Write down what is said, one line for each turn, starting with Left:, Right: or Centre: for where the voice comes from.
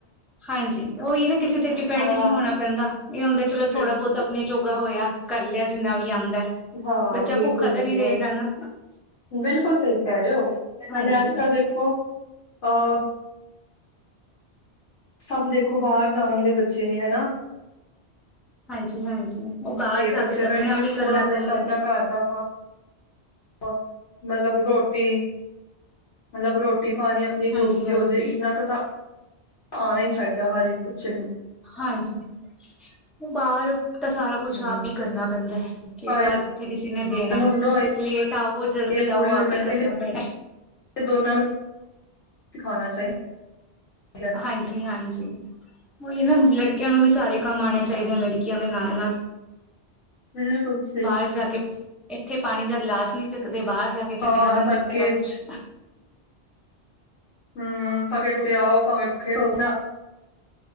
Centre: ਹਾਂਜੀ ਉਹੀ ਨਾ ਕਿਸੇ ਤੇ ਡਿਪੈਂਡ
Left: ਹਾਂ
Centre: ਨਹੀਂ ਹੋਣਾ ਪੈਂਦਾ। ਇਹ ਹੁੰਦਾ ਚਲੋ
Left: ਬਿਲਕੁਲ
Centre: ਥੋੜਾ ਬਹੁਤ ਆਪਣੇ ਜੋਗਾ ਹੋਇਆ, ਕਰ ਲਿਆ ਜਿੰਨਾ ਵੀ ਆਉਂਦਾ।
Left: ਹਾਂ
Centre: ਬੱਚਾ
Left: ਬਿਲਕੁਲ
Centre: ਭੁੱਖਾ ਤਾਂ
Left: ਬਿਲਕੁਲ
Centre: ਨੀ ਰਹੇਗਾ ਨਾ।
Left: ਬਿਲਕੁਲ ਸਹੀ ਕਹਿ ਰਹੇ ਹੋ,
Centre: ਹਾਂਜੀ
Left: ਨਾਲੇ ਅੱਜ ਕੱਲ ਦੇਖੋ, ਅਹ। ਸਭ ਦੇਖੋ, ਬਾਹਰ ਜਾਣ ਦੇ ਬੱਚੇ ਨੇ ਹਨਾ।
Centre: ਹਾਂਜੀ- ਹਾਂਜੀ, ਉਹ ਬਾਹਰ ਜਾ
Left: ਬੱਚੇ
Centre: ਕੇ ਤੇ
Left: ਨੂੰ
Centre: ਆਪਣੇ
Left: ਐਟਲੀਸਟ
Centre: ਆਪ ਹੀ ਕਰਨਾ
Left: ਥੋੜਾ ਬਹੁਤਾ
Centre: ਪੈਂਦਾ।
Left: ਆਪਣਾ ਘਰ ਦਾ ਮਤਲਬ ਰੋਟੀ। ਮਤਲਬ ਰੋਟੀ ਪਾਣੀ, ਆਪਣੀ
Centre: ਹਾਂਜੀ
Left: ਜੋ ਵੀ
Centre: ਹਾਂਜੀ
Left: ਹੋਜੇ, ਇੰਨਾ ਕ ਤਾ। ਆਉਣਾ ਹੀ ਚਾਹੀਦਾ ਹਰ ਇੱਕ ਬੱਚੇ ਨੂੰ।
Centre: ਹਾਂਜੀ, ਉਹ ਬਾਹਰ। ਤਾਂ ਸਾਰਾ ਕੁਛ
Left: ਹੂੰ
Centre: ਆਪ ਹੀ ਕਰਨਾ ਪੈਂਦਾ ਹੈ, ਕਿਹੜਾ
Left: ਭਾਵੇਂ
Centre: ਇੱਥੇ ਕਿਸੇ ਨੇ ਦੇਣਾ।
Left: ਮੁੰਡਾ ਹੋਏ
Centre: ਲੇਟ ਆਵੋ, ਜਲਦੀ
Left: ਜਾਂ ਕੁੜੀ
Centre: ਆਓ
Left: ਹੋਏ
Centre: ਆਪ
Left: ਮੈਂ
Centre: ਹੀ
Left: ਤਾਂ
Centre: ਕਰਨਾ
Left: ਕਹਿੰਦੀ
Centre: ਪੈਣਾ।
Left: ਦੋਨਾਂ ਨੂੰ, ਸਿਖਾਉਣਾ ਚਾਹੀਦਾ, ਠੀਕ ਹੈ।
Centre: ਹਾਂਜੀ-ਹਾਂਜੀ। ਉਹੀ ਨਾ, ਲੜਕੇਆਂ ਨੂੰ ਵੀ ਸਾਰੇ ਕੰਮ ਆਉਣੇ ਚਾਹੀਦੇ ਲੜਕੀਆਂ ਦੇ ਨਾਲ-ਨਾਲ।
Left: ਹ ਕੁਛ
Centre: ਬਾਹਰ ਜਾ ਕੇ ਇੱਥੇ ਪਾਣੀ ਦਾ ਗਿਲਾਸ ਨਹੀਂ ਚੱਕਦੇ ਬਾਹਰ ਜਾ ਕੇ ਚੱਕਣਾ
Left: ਹੋ ਹਾਂ
Centre: ਪੈਂਦਾ
Left: ਥੱਕੇ
Centre: ਸਾਰਾ ਕੁਛ।
Left: ਹਮ ਥਕੇੇ ਟੁੱਟੇ ਆਓ ਭਾਵੇਂ ਭੁੱਖੇ ਹੋਵੋ।